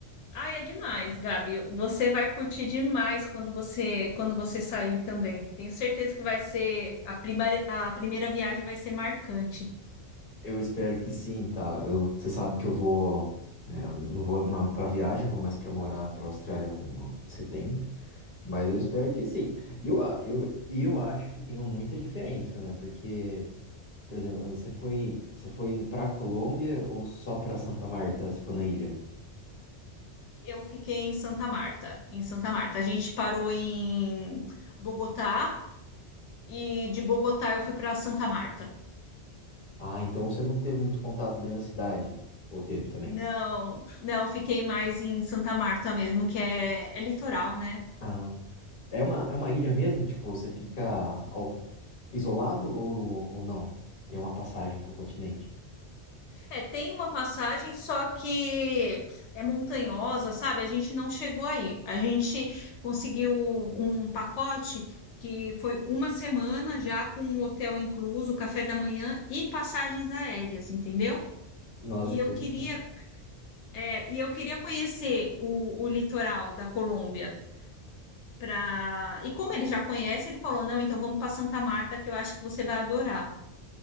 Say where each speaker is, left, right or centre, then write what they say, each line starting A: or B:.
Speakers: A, on the left; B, on the left.
A: ai, é demais, Gabi. Você vai curtir demais quando você quando você sair também. Tenho certeza que vai ser a primeira a primeira viagem vai ser marcante.
B: Eu espero que sim, tá? Eu, você sabe que eu vou. né, eu não vou mais pra viagem, eu vou mais pra morar pra Austrália no, em setembro. Mas eu espero que sim. E Eu, a- eu, e eu acho que tem muita diferença, né? Porque, por exemplo, você foi, você foi indo pra Colômbia ou só pra Santa Marta? Você ficou na ilha?
A: Eu fiquei em Santa Marta, em Santa Marta. A gente parou em Bogotá e de Bogotá eu fui para Santa Marta.
B: Ah, então você não teve muito contato dentro da cidade. Ou teve também?
A: Não, não, fiquei mais em Santa Marta mesmo, que é, é litoral, né?
B: Ah. É uma, é uma ilha mesmo? Tipo, você fica ao- isolado ou, ou não? Tem uma passagem pro continente.
A: É, tem uma passagem, só que é montanhosa, sabe? A gente não chegou aí. A gente conseguiu um pacote que foi uma semana já com um hotel incluso, café da manhã e passagens aéreas, entendeu?
B: Nossa,
A: E
B: per...
A: eu queria É, e eu queria conhecer o, o litoral da Colômbia pra... E como ele já conhece, ele falou: não, então vamos para Santa Marta, que eu acho que você vai adorar.